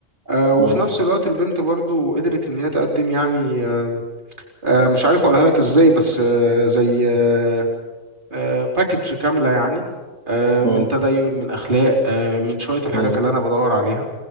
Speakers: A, on the right; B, on the right.
A: آه وفي
B: مم.
A: نفس الوقت البنت برضو قدرت ان هي تقدم يعني آه آه مش عارف اقولها لك ازاي بس آه زي آه، آه، باكج كاملة يعني آه،
B: مم.
A: من تدين من أخلاق آه، من شوية الحاجات
B: مم.
A: اللي أنا بدور عليها